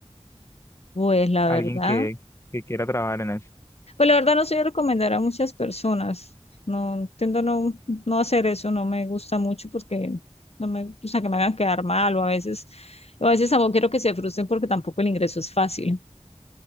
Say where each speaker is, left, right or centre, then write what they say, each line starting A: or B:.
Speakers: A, on the left; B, on the left.
A: Pues la
B: Alguien
A: verdad,
B: que, que quiera trabajar en eso.
A: pues la verdad no soy de recomendar a muchas personas. No, tiendo a no, no hacer eso, no me gusta mucho porque no me gusta que me hagan quedar mal o a veces, o a veces tampoco quiero que se frustren porque tampoco el ingreso es fácil.